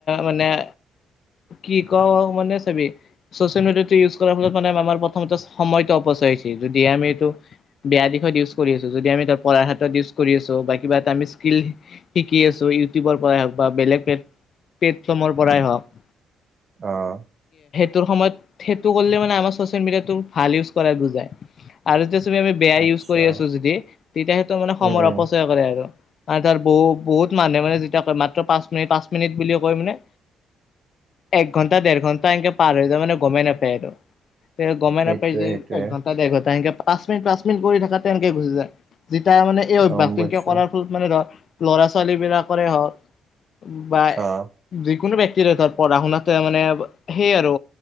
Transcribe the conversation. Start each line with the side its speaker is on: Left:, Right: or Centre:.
Left: মানে কি ক মানে চাবি ছ'চিয়েল মিডিয়াটো ইউজ কৰাৰ ফলত মানে আমাৰ প্ৰথমতে সময়টো অপচি তইচি যদি আমি এইটো বেয়া দিশত ইউজ কৰি আছো যদি আমি ত পঢ়াৰ হাতত ইউজ কৰি আছো বা কিবা এটা আম মিস্কিল শিকি আছো ইউটিউবৰ পৰা হওঁক বা বেলেগ পেট প্লেটফৰ্মৰ পৰা হওঁক
Right: অহ।
Left: তোৰ সময়ত সেইটো কৰলি মানে আমাৰ ছ'চিয়েল মিডিয়টো ভাল ইউজ কৰাই বুজাই আৰু তেছ তুমি আমি বেয়া
Right: আচ্ছা
Left: ইউজ কৰি আছো যদি তেতিয়া হয়তো মানে সময়ৰ
Right: উম উম
Left: অপচয় কৰে আৰু। মা তাৰ ব বহুত মানুহে মানে যেতিয়া কয় মাত্ৰ পাঁচ মিনি পাঁচ মিনিট বুলি কয় মানে এক ঘণ্টা দেৰ ঘণ্টা এনকে পাৰ হৈ যায় মানে গমেই নাপায় আৰু তে গমেণ্ট
Right: সেইটোয়ে
Left: পাই যে
Right: সেইটোয়ে
Left: এক ঘণ্টা দেৰ ঘণ্টা এক পাঁচ মিনিট পাঁচ মিনিট কৰি থকাতে এনেকে গুচি যায়। যেতিয়া মানে এই অভ্যস
Right: গম পাইছো
Left: তেনকে কৰাৰ ফলত মানে ধৰ ল'ৰা ছোৱালী বিলাকৰে হওক বা
Right: অ
Left: যিকোনো ব্যক্তিৰ ত পঢ়া শুনাততে মানে সেইয় আৰু